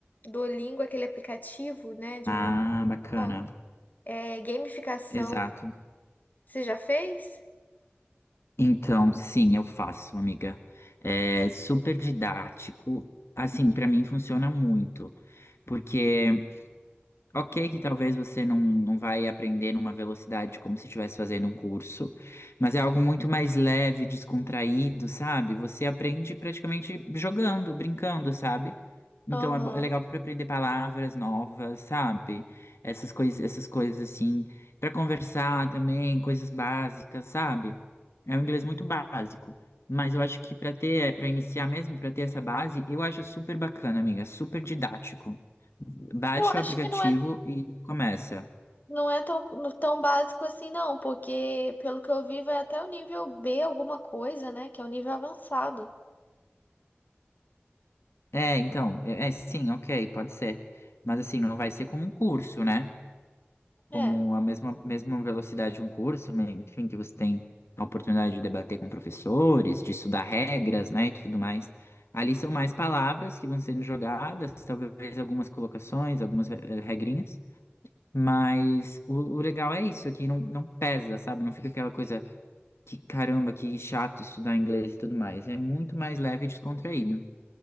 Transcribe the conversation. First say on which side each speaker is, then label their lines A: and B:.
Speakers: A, on the left; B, on the left.
A: Duolingo, é aquele aplicativo, né, de
B: Ah,
A: memorização,
B: bacana.
A: é gamificação.
B: Exato.
A: Você já fez?
B: Então, sim, eu faço, amiga. É super didático. Assim, para mim funciona muito, porque Ok, que talvez você não, não vai aprender numa velocidade como se estivesse fazendo um curso, mas é algo muito mais leve, descontraído, sabe? Você aprende praticamente jogando, brincando, sabe? Então
A: Aham.
B: é, bo- é legal para aprender palavras novas, sabe? Essas coisas, essas coisas assim, para conversar também, coisas básicas, sabe? É um inglês muito básico, mas eu acho que para ter, para iniciar mesmo, para ter essa base, eu acho super bacana, amiga, super didático. Baixa
A: Eu acho
B: o aplicativo
A: que não é,
B: e começa.
A: não é tão, não- tão básico assim, não, porque pelo que eu vi, vai até o nível B, alguma coisa, né? Que é o nível avançado.
B: É, então, é, é, sim, ok, pode ser. Mas assim, não vai ser como um curso, né? Como
A: É.
B: a mesma, mesma velocidade de um curso, mas, enfim, que você tem a oportunidade de debater com professores, de estudar regras, né, e tudo mais. Ali são mais palavras que vão sendo jogadas, talvez algumas colocações, algumas eh, eh, regrinhas. Mas o, o legal é isso, aqui não, não pesa, sabe? Não fica aquela coisa. Que caramba, que chato estudar inglês e tudo mais. É muito mais leve e descontraído.